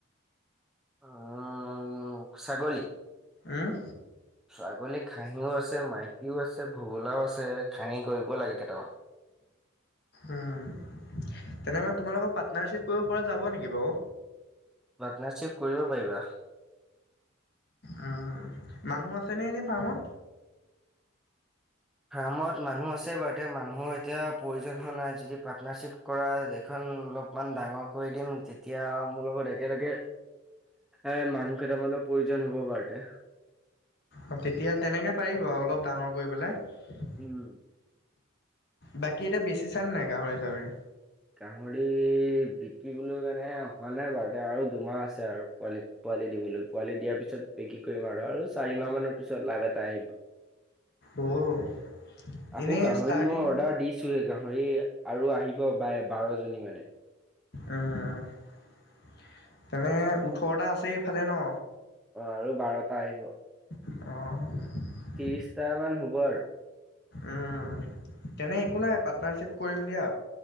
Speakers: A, in the centre; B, on the left.
A: উম, ছাগলী?
B: উম।
A: ছাগলী খাহিও আছে মাইকীও আছে ভুবুলাও আছে খাহী কৰিব লাগে কেইটামান।
B: উম, তেনে মানে তোমাৰ লগত পাৰ্টনাৰশ্বিপ কৰিব পৰা যাব নেকি বাৰু?
A: পাৰ্টনাৰশ্বিপ কৰিব পাৰিবা।
B: উম, মানুহ আছেনে নে ফাৰ্ম?
A: ফাৰ্মত মানুহ আছে বাৰু এতিয়া মানুহৰ এতিয়া প্ৰয়োজন হোৱা নাই। যদি পাৰ্টনাৰশ্বিপ কৰা এইখন অলপমান ডাঙৰ কৰি দিম তেতিয়া মোৰ লগত একেলগে এ মানুহ কেইটামানৰ প্ৰয়োজন হ'ব বাৰুতে।
B: অ', তেতিয়া তেনেকে পাৰিব অলপ ডাঙৰ কৰি পেলাই।
A: উম।
B: বাকী এতিয়া বেছিচানে নাই গাহৰি চাহৰি?
A: গাহৰি বিকিবলৈ মানে হোৱা নাই বাৰুতে আৰু দুমাহ আছে আৰু পোৱালি। পোৱালি দিবলৈ পোৱালি দিয়াৰ পিছত বিক্ৰী কৰিম আৰু চাৰি মাহ মানৰ পিছত লাভ এটা আহিব।
B: অ'।
A: আকৌ
B: এনেই
A: গাহৰি
B: ষ্টাৰ্টিং
A: মই অৰ্ডাৰ দিছোহে গাহৰি আৰু আহিব বায় বাৰজনী মানে।
B: উম, তেনে ওঠৰটা আছেই এইফালে ন?
A: অ', আৰু বাৰটা আহিব।
B: অহ।
A: ত্ৰিশটা মান হ'ব আৰু।
B: উম, তেনে একো নাই পাৰ্টনাৰশ্বিপ কৰিম দিয়া।